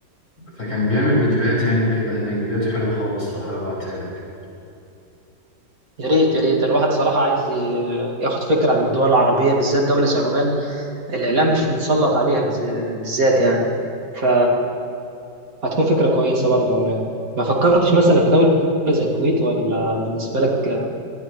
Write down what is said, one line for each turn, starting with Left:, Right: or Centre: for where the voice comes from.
Left: فكان بيعمل فيديوهات يعني وكده هناك فيديوهاته حلوة خالص لو حابب ابعتها لك
Right: يا ريت يا ريت الواحد صراحة عايز ي- ياخد فكرة عن الدول العربية بالذات دولة زي عمان الإعلام مش متسلط عليها بز- بالذات يعني ف هتكون فكرة كويسة برضه عمان ما فكرتش مثلا في دولة زي الكويت ولا بالنسبة لك